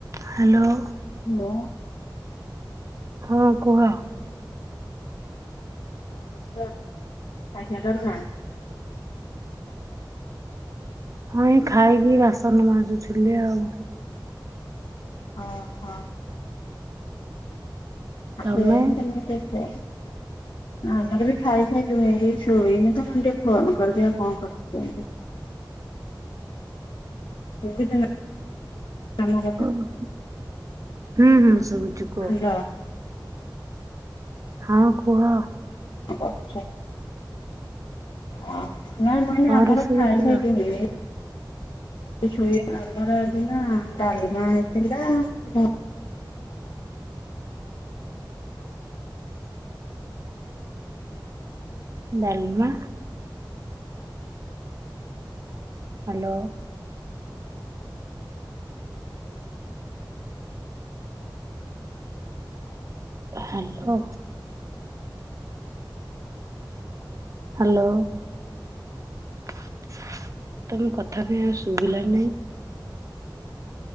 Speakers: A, on the right; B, on the left.
A: Hello.
B: Hello.
A: ହଁ କୁହ?
B: କ କରୁଥୁଲ ଖାଇସାରିଲଣିନା?
A: ହଁ ଏଇ ଖାଇକି ବାସନ ମାଜୁଥିଲି ଆଉ।
B: ଓ ହୋ। <unintelligible>
A: ତମେ?
B: ଆମର ବି ଖାଇ ସାଇଲୁଣି। ଏଇ ସୋଇନିତ ମୁ କହିଁନି ଟିକେ ଫୋନ କରେ ଦେଖିଆ କଣ କରଚନ୍ତି। ସୁବୁଚିନା? ଆମ କଥା
A: ଓହୋ। ହୁଁ ହୁଁ। ସୁବୁଚି କୁହ
B: ହ୍ୟାଲୋ।
A: କୁହ। ହଁ କୁହ।
B: କଣ କରୁଛ? କଣ କରି ନା ମୁଁ ଏଇନେ
A: କଣ
B: ଆମର
A: ରୋଷେଇ
B: ଖାଇସାରିଲୁଣି।
A: କରିଥିଲ?
B: ଆମର ଦିନ ଡାଲମା ହେଇଥିଲା
A: ଡ଼ାଲମା ହ୍ୟାଲୋ। ହ୍ୟାଲୋ। ହ୍ୟାଲୋ ତମେ କଥା କ ଆଉ ଶୁଭିଲା ନାଇଁ